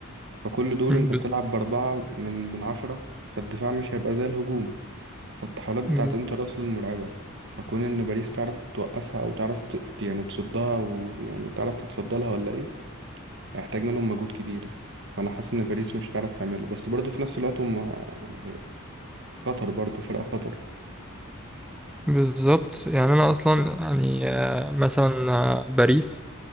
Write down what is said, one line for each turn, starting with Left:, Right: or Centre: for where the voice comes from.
Right: فكل دول
Centre: مم.
Right: انت
Centre: ب-
Right: بتلعب بأربعة من من عشرة فالدفاع مش هيبقى زي الهجوم فالتحولات بتاعت
Centre: ب-
Right: انتر أصلا مرعبة فكون إن باريس تعرف توقفها أو تعرف ت... يعني تصدها ويعني تعرف تتصدى لها ولا إيه هيحتاج منهم مجهود كبير فأنا حاسس إن باريس مش هتعرف تعمله بس برضه في نفس الوقت هم يعني خطر برضه فرقة خطر
Centre: بالظبط يعني انا اصلا يعني آه، مثلا آه، باريس